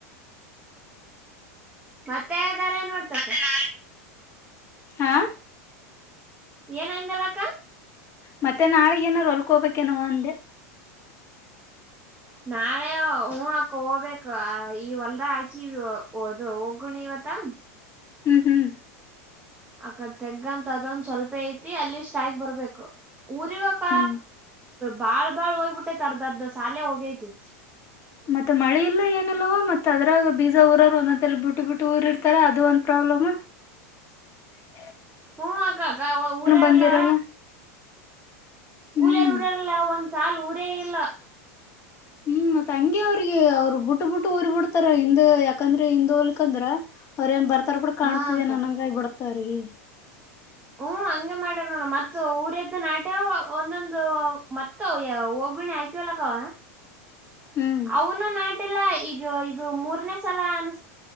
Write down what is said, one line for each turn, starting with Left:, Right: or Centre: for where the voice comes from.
Right: ಮತ್ತೆ ಬೇರೆ ನೋಡ್ತ <unintelligible>
Left: ಹಾ
Right: ಏನಂದೆ ಹೇಳಕ್ಕ
Left: ಮತ್ತೆ ನಾಳಗ ಏನಾದಾರರು ಹೊಲ್ಕೋಬೇಕೇನವ ಅಂದೆ.
Right: ನಾಳೆ ಹೂ ಹಾಕ ಹೋಗ್ಬೇಕು ಈ ಹೊಲ್ದ ಹಾಕಿವ ಅದು ಒಗ್ಗುಣಿ ಇವ. ದ
Left: ಹ್ಮ್ ಹ್ಮ್
Right: ಅಕಡ್ ತೆಗ್ಗಂತ ಅದೊಂದ ಸ್ವಲ್ಪ ಐತಿ ಅಲ್ಲಿ ಸ್ಟಾ ಬರ್ಬೇಕು. ಊರ್ವಕ
Left: ಹ್ಮ್
Right: ಬಾಳ್ ಬಾಳ್ ಹೋಗ್ಬಿಟ್ಟೈತಿ ಅರ್ದ ಅರ್ದ ಶಾಲೆ ಹೋಗೈತಿ.
Left: ಮತ್ತೆ ಮಳೆ ಇಲ್ಲ ಏನಲ್ವ ಮತ್ತುತ್ತ ಅದ್ರಾಗ ಬೀಜ ಊರವರು ಒಂದೊಂದಲ್ಲಿ ಬಿಟ್ಟು ಬಿಟ್ಟು ಊರಿ ಇರ್ತಾರೆ ಅದು ಒಂದು ಪ್ರಾಬ್ಲಮ್. ಹ
Right: ಹೂ ಅಕ್ಕಾ ಅಕ್ಕಾ ಊರಾರಲ್ಲ.
Left: ಬಂದಿರಲ್ಲ ಹ್ಮ್
Right: ಕೂಲಿಯರ್ ಊರ್ಯರ್ಲ್ಲ ಒಂದ್ಸಲ್ ಊರೇ ಇಲ್ಲ.
Left: ಹ್ಮ್ ಮತ್ತತ್ ಹಂಗಗೆ ಅವ್ರಿಗೆ ಅವ್ರು ಬಿಟ್ಟು ಬಿಟ್ಟು ಊರ್ ಬಿಡ್ತಾರ ಹಿಂದ್ ಯಾಕಂದ್ರೆ ಹಿಂದ್ ಹೊಲ್ಕಂದ್ರ ಅವ್ರ ಏನ್ ಬರ್ತ. ತ್ತರ್ ಬಿಡ್ ಕಾಣ್ತಿದ
Right: ಹ ಅಕ್ಕ
Left: ನಂಗ ಬಿಡ್ತಿಗೆ.
Right: ಹ್ಮ್ ಹಂಗೆ ಮಾಡ ನೋಡ ಮತ್ತೆ ಊರದ್ದು ನಾಟ್ಯ ಒಂದೊಂದು ಮತ್ತ ಒಗ್ಣಿ ಹಾಕಿವಲಕ್ಕವ.
Left: ಹ್ಮ್
Right: ಅವನು ನಾಟೆಲ್ಲ ಈಗ ಇದು ಮೂರ್ನೇ ಸಲ ಅನ್.